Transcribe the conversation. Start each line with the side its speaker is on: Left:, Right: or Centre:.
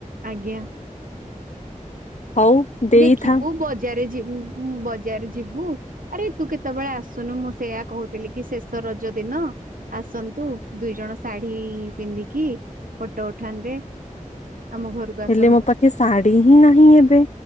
Right: ଆଜ୍ଞା।
Left: ହଉ ଦେଇଥା
Right: ଦେଖିବୁ ବଜାର ଯି ବଜାର ଯିବୁ ଆରେ ତୁ କେତେବେଳେ ଆସୁନୁ ମୁଁ ସେଇୟା କହୁଥିଲି କି ଶେଷ ରଜ ଦିନ ଆସନ୍ତୁ ଦୁଇ ଜଣ ଶାଢୀ ପିନ୍ଧିକି ଫଟୋ ଉଠାନ୍ତେ। ଆମ ଘରକୁ ଆସନ୍ତୁ।
Left: ହେଲେ ମୋ ପାଖେ ଶାଢୀ ହିଁ ନାହିଁ ଏବେ।